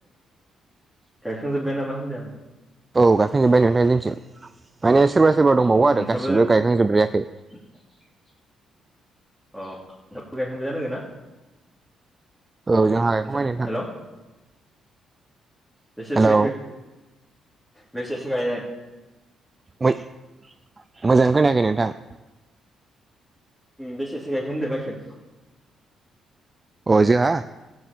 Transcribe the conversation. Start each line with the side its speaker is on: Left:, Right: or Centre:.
Centre: गायखांजोब्बाय नामा होनदो आं
Right: औ गायखांजोब्बाय नोंथां जोंनिथिं माने सोरबा सोरबा
Centre: आं
Right: दंबावो
Centre: अ
Right: आरो
Centre: नोंसाबो
Right: गासिबो गायखांजोबद्रायाखै
Centre: <inaudible> अ नों मोजांयैनो दोंओ ना
Right: औ जोंहा गायखांबाय
Centre: नोंसा
Right: नोंथां
Centre: हेल' औ बेसेसो
Right: हेलौ
Centre: गायखो बेसेसो गायनाय
Right: मोजाङै खोनायाखै नोंथां
Centre: बेसेसो गायखो होनदो माइखो
Right: अ जोंहा